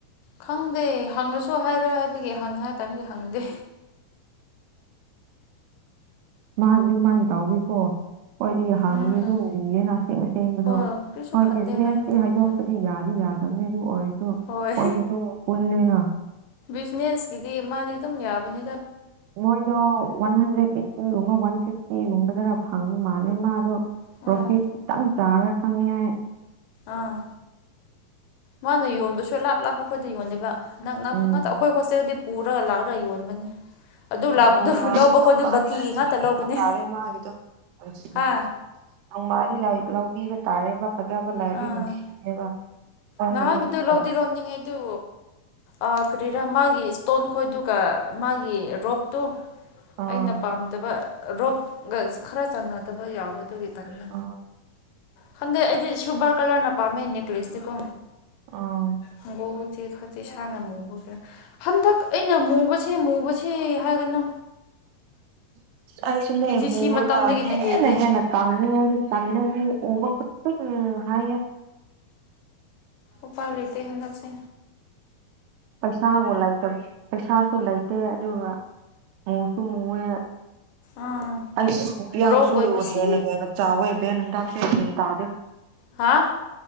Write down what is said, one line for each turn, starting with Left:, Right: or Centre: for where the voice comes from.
Left: ꯈꯪꯗꯦ ꯍꯪꯉꯁꯨ ꯍꯥꯏꯔꯣꯏ ꯍꯥꯏꯕꯒꯤ ꯍꯪ ꯍꯥꯏꯇꯥꯔꯒꯤ ꯍꯪꯗꯦ
Right: ꯃꯥꯗꯤ ꯃꯥꯏ ꯇꯥꯎꯋꯤꯀꯣ ꯍꯣꯏꯗꯤ ꯍꯥꯡꯒꯅꯤ
Left: ꯎꯝ
Right: ꯑꯗꯨꯝ ꯂꯤꯌꯦꯅ ꯑꯁꯦꯡ ꯑꯁꯦꯡꯕꯗꯣ
Left: ꯍꯣꯏ ꯀꯔꯤꯁꯨ
Right: ꯍꯣꯏ
Left: ꯈꯟꯗꯦ
Right: ꯕꯤꯖꯤꯅꯦꯁꯇꯤ
Left: ꯍꯥꯏꯔ ꯇꯧꯅꯤꯗ
Right: ꯍꯥꯏꯗꯣꯛꯄꯗꯤ ꯌꯥꯗꯤ ꯌꯥꯗꯝꯅꯦ ꯑꯗꯨ ꯑꯣꯏꯔꯁꯨ
Left: ꯍꯣꯏ
Right: ꯈꯣꯏꯗꯤ ꯗꯨꯒꯃꯨꯛ ꯄꯨꯟꯂꯦꯅ
Left: ꯐꯤꯅꯦꯁꯀꯤꯗꯤ ꯃꯥꯗꯤ ꯑꯗꯨꯝ ꯌꯥꯕꯅꯦ
Right: ꯃꯣꯏꯗꯣ ꯋꯥꯟ ꯍꯟꯗ꯭ꯔꯦꯠ ꯑꯩꯠꯇꯤꯒꯨꯝꯕ ꯋꯥꯟ ꯐꯤꯐꯇꯤꯒꯨꯝꯕꯗꯔ ꯐꯪꯕ ꯃꯥꯜꯂꯦ ꯃꯥꯗꯣ
Left: ꯎꯝ
Right: ꯄ꯭ꯣꯔꯐꯤꯠ ꯈꯤꯇꯪ ꯆꯥꯔ ꯈꯪꯉꯦ ꯍꯥꯏ
Left: ꯑꯥ ꯃꯥꯅ ꯌꯣꯟꯕꯁꯨ ꯂꯥꯞ ꯂꯥꯞꯄ ꯈꯣꯏꯗ ꯌꯣꯟꯗꯦꯕ ꯅꯛ ꯅꯛꯄ
Right: ꯎꯝ
Left: ꯉꯥꯛꯇ ꯑꯩꯈꯣꯏ ꯍꯣꯁꯇꯦꯜꯗꯤ ꯄꯨꯔꯒ ꯂꯥꯛꯂꯒ ꯌꯣꯟꯕꯅꯤ ꯑꯗꯨ
Right: ꯎ
Left: ꯂꯥꯛꯄꯗꯨ
Right: ꯅꯣꯡꯃ
Left: ꯂꯧꯕ
Right: ꯅꯣꯡꯃꯗꯤ
Left: ꯈꯣꯏꯗꯣ ꯕꯀꯤꯒꯤ
Right: ꯑꯩꯁꯨ
Left: ꯉꯥꯛꯇ ꯂꯧꯕꯅꯦ
Right: ꯌꯦꯡꯕ ꯇꯥꯔꯦ ꯃꯥꯒꯤꯗꯣ ꯑꯣꯏꯁꯤꯌ
Left: ꯍꯥ
Right: ꯅꯣꯡꯃꯗꯤ ꯂꯥꯔꯤꯛ ꯂꯧꯕꯤꯕ ꯇꯥꯔꯦꯕ ꯐꯖꯕ ꯂꯩꯕꯗꯤ
Left: ꯑꯥ
Right: ꯅꯨꯡꯁꯤꯌꯦꯕ <unintelligible>
Left: ꯅꯍꯥꯟꯒꯤꯗꯨ ꯂꯧꯗꯤ ꯂꯧꯅꯤꯡꯉꯦ ꯑꯗꯨ ꯑꯥ ꯀꯔꯤꯔꯥ ꯃꯥꯒꯤ ꯏꯁꯇꯣꯟ ꯈꯣꯏꯗꯨꯒ ꯃꯥꯒꯤ ꯔꯣꯞꯇꯣ
Right: ꯑꯥ
Left: ꯑꯩꯅ ꯄꯥꯝꯗꯕ ꯔꯣꯞꯒꯁ ꯈꯔ ꯆꯥꯅꯗꯕ ꯌꯥꯎꯕ ꯑꯗꯨꯒꯤ ꯇꯟꯂꯦ
Right: ꯑꯥ
Left: ꯈꯪꯗꯦ ꯑꯩꯗꯤ ꯁꯨꯕ꯭ꯔꯞ ꯀꯂꯔꯅ ꯄꯥꯝꯃꯦ ꯅꯦꯛꯀ꯭ꯂꯦꯁꯇꯤꯀꯣ
Right: ꯑꯥ
Left: ꯍꯪꯒꯣ ꯈꯇꯤ ꯈꯇꯤ ꯏꯁꯥꯅ ꯃꯨꯕꯒ ꯍꯟꯗꯛ ꯑꯩꯅ ꯃꯨꯕꯁꯦ ꯃꯨꯕꯁꯦ ꯍꯥꯏꯒꯅꯨ
Right: ꯑꯩꯁꯨꯅꯦ
Left: ꯑꯦꯟ ꯁꯤ
Right: ꯃꯨꯔꯒ
Left: ꯁꯤ ꯃꯇꯝꯗꯒꯤꯅ
Right: ꯍꯦꯟꯅꯦ
Left: ꯍꯦꯜꯂꯦ
Right: ꯍꯦꯟꯅ ꯀꯪꯉꯤ ꯇꯟꯂꯦ ꯃꯤ ꯎꯕ ꯈꯛꯇꯗ ꯍꯥꯢꯌꯦ
Left: ꯎꯄꯥꯏ ꯂꯩꯇꯦ ꯍꯟꯗꯛꯁꯦ
Right: ꯄꯩꯁꯥꯕꯨ ꯂꯩꯇ ꯄꯩꯁꯥꯁꯨ ꯂꯩꯇꯦ ꯑꯗꯨꯒ ꯃꯨꯁꯨ ꯃꯨꯋꯦ
Left: ꯑꯥ
Right: ꯑꯩꯁ ꯏꯌꯥꯁꯨ
Left: ꯕ꯭ꯔꯣꯛ ꯑꯣꯏꯕꯁꯤ
Right: ꯍꯦꯟꯅ ꯍꯦꯟꯅ ꯆꯥꯎꯋꯦ ꯕꯦꯟ ꯍꯟꯗ <unintelligible>
Left: ꯍꯥ